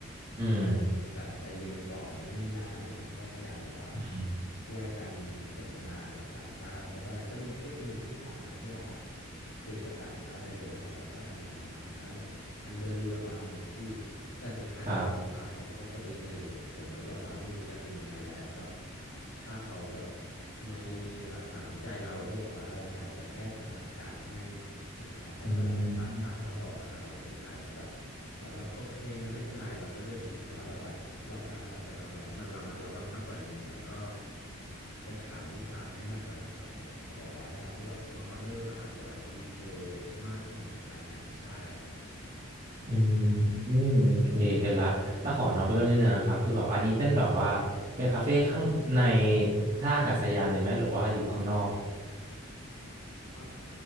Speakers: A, on the right; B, on the left.
A: อืม
B: แบบใจเย็นก่อนนู่นนี่นั่นอะไรเงี้ยก็พยายามแบบว่า
A: อืม
B: ช่วยกันสนทนากับต่างชาติเพราะตอนนั้นก็มีพี่คนหนึ่งที่สามารถที่แบบว่า คุยกับต่างชาติได้เลยเพอเขาก็ทำงานทางด้านแบบทางเดินเรือมาอะไรเงี้ยพี่แต่สุดท้ายแล้วอ่าเขาก็ปฏิเสธผมก็แบบว่าไม่รู้จะทำยังไงแล้วแบบ
A: ครับ
B: ถ้าเขาแบบไม่รักษาน้ำใจเราที่แบบว่าเราพยายามจะแก้สถานการณ์ให้สุดท้ายเขาก็แบบปัดปัดเราออกอะครับผมสุดท้ายแล้วแบบ
A: อืม
B: แล้วก็โอเคงั้นไม่เป็นไรเราก็จะถือแต่ว่าแบบว่ารอบหน้าเราจะทำอะไรให้มันระมัดระวังมากกว่านี้แล้วก็จะถามลูกค้าให้มากกว่าเนี้ยครับผมเพราะแบบว่าตอนที่แบบเขามาออเดอร์ก็อาจจะแบบดีเทลมากหน่อยอะไรเงี้ยใช่ครับ
A: อืมอืมโอเคเก็ตละแต่ขอนอกเรื่องนิดนึงนะครับคือแบบอันนี้เป็นแบบว่าเป็นคาเฟ่ข้างในท่าอากาศยานเลยไหมหรือว่าอยู่ข้างนอก
B: อ่า